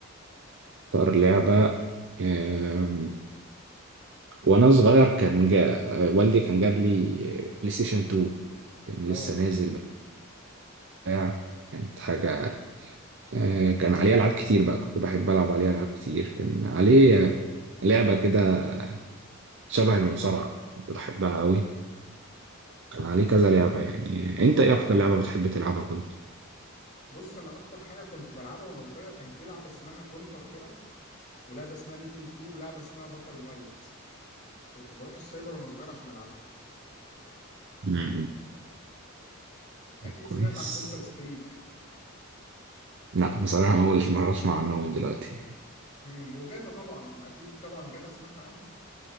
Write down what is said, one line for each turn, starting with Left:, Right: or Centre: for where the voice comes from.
Right: أكتر لعبة آم، وأنا صغير كان جا... آه، والدي كان جاب لي آه، بلاي ستيشن 2 كان
Left: اه
Right: لسه نازل بتاع كانت حاجة آه، كان عليه ألعاب كتير بقى كنت بحب ألعب عليه ألعاب كتير كان عليه آه، لعبة كده شبه المصارعة كنت بحبها أوي كان عليه كذا لعبة يعني أنت إيه أكتر لعبة بتحب تلعبها كنت؟
Left: بص انا اكتر حاجة كنت بلعبها وانا صغير كان في لعبة اسمها كونتر كده ولعبه اسمها ميتين 2 ولعبه اسمها باتل نايت كنت بروح السايبر وانا صغير عشان العبها
Right: مم.
Left: اكيد
Right: كويس
Left: سمعت عن كونتر ستريك
Right: لا بصراحة أول مرة أسمع عنهم دلوقتي
Left: امم وجاتا طبعا اكيد طبعا جاتا سمعت عنها